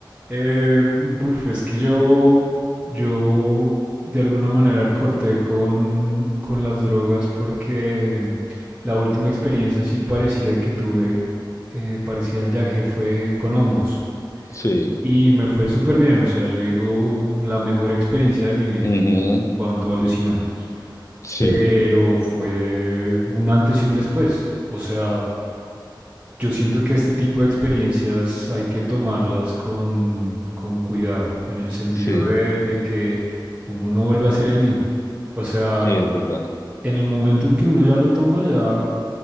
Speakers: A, on the right; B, on the left.
A: Eh, buf, es que yo, yo de alguna manera corté con, con las drogas porque em, la última experiencia así parecida que tuve, eh, parecida al viaje, fue con hongos.
B: Sí.
A: Y me fue súper bien, o sea, yo digo la mejor experiencia de mi vida
B: Ujú.
A: en cuanto a alucinógenos.
B: Sí,
A: Pero fue un antes y un después. O sea, yo siento que este tipo de experiencias hay que tomarlas con, con cuidado, en el sentido
B: sí,
A: de, de que uno no vuelve a ser el mismo. O sea,
B: es verdad.
A: en el momento en que uno ya lo toma, ya